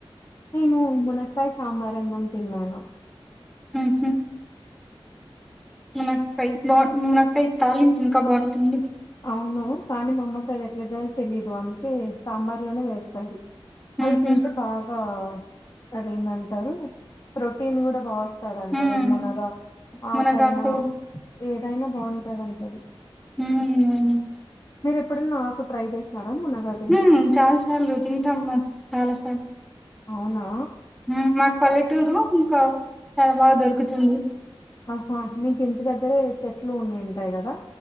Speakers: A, on the left; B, in the centre.
A: నేను మునక్కాయ సాంబార్ అన్నం తిన్నాను
B: ఉహు మునక్కాయ బా మునక్కాయ తాలింపు ఇంకా బాగుంటుంది
A: అవును కానీ మా అమ్మకి అది ఎట్లా చేయాలో తెలిదు అందుకే సాంబార్లోనే వేస్తాది అవి
B: ఉహు
A: తింటే బాగా అది ఏందంటారు ప్రోటీన్ కూడా బాగా వస్తుదంట
B: హ్మ్
A: మునగాకు
B: మునగాకు
A: ఆకైనా ఏదైనా బాగుంటదంటది
B: ఉహు
A: మీరు ఎప్పుడునా ఆకు ట్రై చేసన్నారా మునగాకు
B: ఉం చాలా సార్లు తింటాం మా చాలా సార్లు
A: అవునా
B: ఉం మాకు పల్లెటూరు ఇంకా చాలా బాగా దొరుకుతుంది
A: ఆహా మీకు ఇంటి దగ్గరే చెట్లు ఉన్ని ఉంటాయి కదా